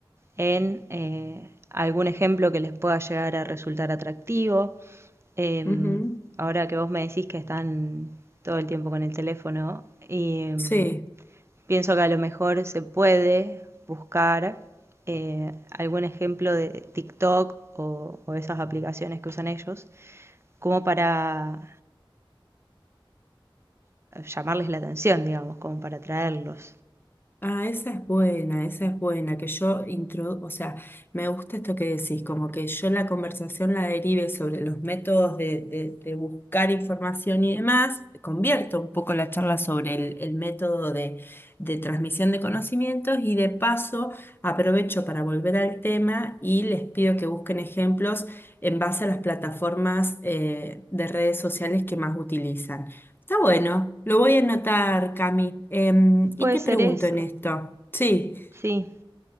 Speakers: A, on the right (about 30°); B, on the left (about 25°).
A: en eh, algún ejemplo que les pueda llegar a resultar atractivo. Eh,
B: ujú.
A: ahora que vos me decís que están todo el tiempo con el teléfono, y, em,
B: Sí.
A: pienso que a lo mejor se puede buscar eh, algún ejemplo de TikTok o, o esas aplicaciones que usan ellos, como para llamarles la atención, digamos, como para atraerlos.
B: Ah, esa es buena, esa es buena, que yo intro, o sea, me gusta esto que decís, como que yo la conversación la derive sobre los métodos de, de- de buscar información y demás, convierto un poco la charla sobre el, el método de, de transmisión de conocimientos y de paso aprovecho para volver al tema y les pido que busquen ejemplos en base a las plataformas eh, de redes sociales que más utilizan. Está bueno, lo voy a anotar, Cami. Em, y
A: Puede
B: te
A: ser
B: pregunto
A: eso,
B: en esto. Sí,
A: sí.